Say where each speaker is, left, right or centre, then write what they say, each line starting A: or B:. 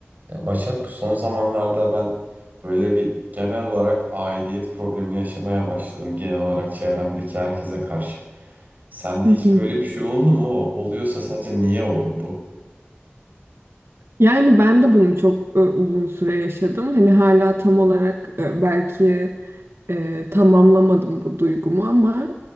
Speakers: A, on the right; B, on the right.
A: Ya Başak bu son zamanlarda ben böyle bir genel olarak aidiyet problemi yaşamaya başladım genel olarak çevremdeki herkese karşı. Sende
B: Hı
A: hiç
B: hı.
A: böyle bir şey oldu mu? Oluyorsa sence niye olur bu?
B: Yani ben de bunu çok e, uzun süre yaşadım. Hani hala tam olarak e, belki e, tamamlamadım bu duygumu ama